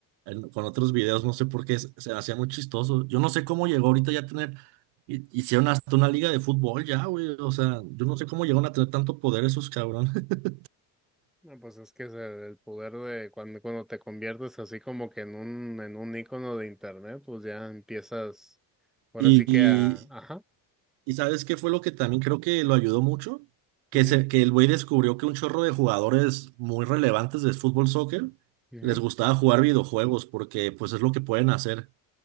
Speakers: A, on the right; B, in the centre.
A: en- con otros videos. No sé por qué se, se hacía muy chistoso. Yo no sé cómo llegó ahorita ya a tener. hi- Hicieron hasta una liga de fútbol ya, güey. O sea, yo no sé cómo llegaron a tener tanto poder esos cabrones. <laughs>
B: No, pues es que es el, el poder de cuando, cuando te conviertes así como que en un, en un ícono de internet, pues ya empiezas, ahora
A: Y,
B: sí
A: y,
B: que a, ajá,
A: y ¿sabes qué fue lo que también creo que lo ayudó mucho? Que,
B: mhm
A: se, que el güey descubrió que un chorro de jugadores muy relevantes de fútbol soccer
B: mhm
A: les gustaba jugar videojuegos porque pues es lo que pueden hacer.